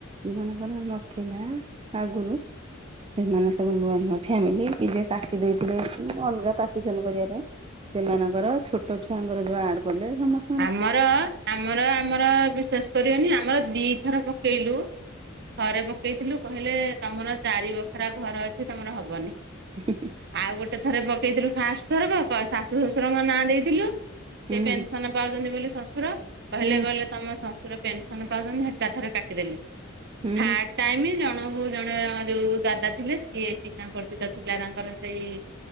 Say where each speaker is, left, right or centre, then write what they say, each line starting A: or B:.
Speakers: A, on the right; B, on the right.
A: ଯୋଉମାନଙ୍କର ନଥିଲା ଆଗରୁ ସେମାନେ ସବୁ ନୂଆ ନୂଆ ଫ୍ୟାମିଲି କି ଯେ କାଟି ଦେଇେଇଥିଲେ ଅଲଗା ପାର୍ଟିସନ କରିବା ପାଇଁ ସେମାନଙ୍କର ଛୋଟ ଛୁଆଙ୍କର ଯୋଉ ଆଡ କଲେ ସମସ୍ତେ
B: ଆମର ଆମର ଆମର ବିଶ୍ଵାଷ କରିବନି ଆମର ଦିଥର ପକେଇଲୁ ଥରେ ପକେଇଥିଲୁ କହିଲେ ତମର ଚାରି ବଖରା ଘର ଅଛି ତମର ହବନି।
A: ହୁଁ ହୁଁ।
B: ଆଉ ଗୋଟେ ଥରେ ପକେଇଥିଲୁ ଫାଷ୍ଟ ଥରକ ଶାଶୁ ଶଶୁରଙ୍କ ନାଁ ଦେଇଥିଲୁ
A: ହୁଁ
B: ସେ ପେନସ ପାଉଚନ୍ତି ବୋଲି ଶାଶୁର କହିଲେ
A: ହୁଁ
B: କହେ ତମ ଶାଶୁର ପେନସନ ପାଉଛନ୍ତି ହେଟା ଥରେ କାଟିଦେଲେ।
A: ହୁଁ
B: ଥାର୍ ଟାଇମ୍ ଜଣକୁ ଜଣେ ଯୋଉ ଦାଦା ଥିଲେ ସିଏ ଚିହ୍ନା ପରିଚିତ ଥିଲା ତାଙ୍କର ସେଇ